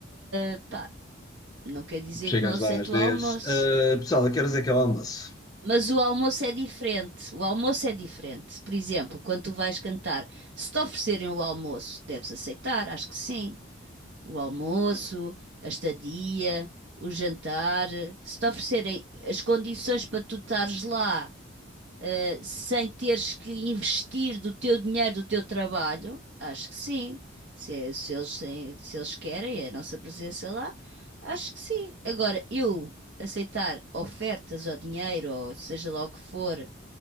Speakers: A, on the right; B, on the left.
A: epá, não quer dizer
B: Chegas
A: que não aceito
B: lá às 10.
A: o almoço.
B: "Ah, pessoal, a que horas é que é o almoço?
A: Mas o almoço é diferente. O almoço é diferente. Por exemplo, quando tu vais cantar, se te oferecerem o almoço, deves aceitar, acho que sim. o almoço, a estadia, o jantar, se te oferecerem as condições para tu estares lá, eh, sem teres que investir do teu dinheiro, do teu trabalho, acho que sim. Se, é- se eles têm- se eles querem é a nossa presença lá, acho que sim. Agora, eu aceitar ofertas ou dinheiro, ou seja lá o que for,